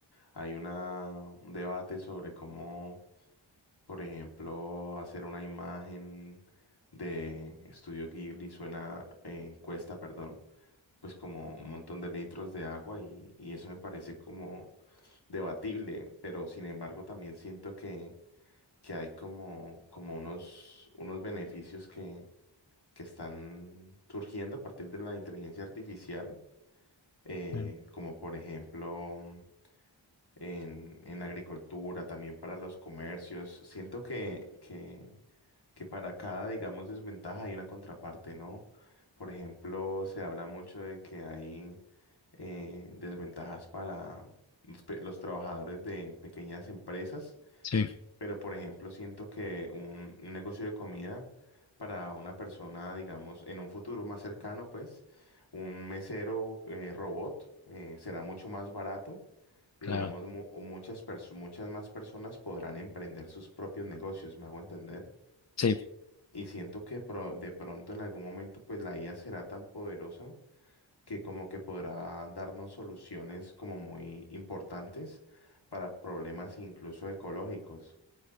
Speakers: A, on the left (about 55°); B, on the left (about 35°).
A: hay una, un debate sobre cómo, por ejemplo, hacer una imagen de Estudio Ghibli suena, eh, cuesta, perdón pues como un montón de litros de agua y, y eso me parece como debatible, pero sin embargo también siento que, que hay como, como unos, unos beneficios que, que están surgiendo a partir de la inteligencia artificial, eh,
B: Bien.
A: como por ejemplo mm, en, en la agricultura, también para los comercios. Siento que, que que para cada, digamos, desventaja hay una contraparte, ¿no? Por ejemplo, se habla mucho de que hay eh, desventajas para los, pe- los trabajadores de pequeñas empresas,
B: Sí,
A: pero por ejemplo, siento que un, un negocio de comida para una persona, digamos, en un futuro más cercano, pues, un mesero eh, robot eh, será mucho más barato.
B: claro.
A: Y digamos, mu- muchas, perso- muchas más personas podrán emprender sus propios negocios, ¿me hago entender?
B: Sí,
A: Y siento que pro- de pronto en algún momento pues la IA será tan poderosa que como que podrá darnos soluciones como muy importantes para problemas incluso ecológicos.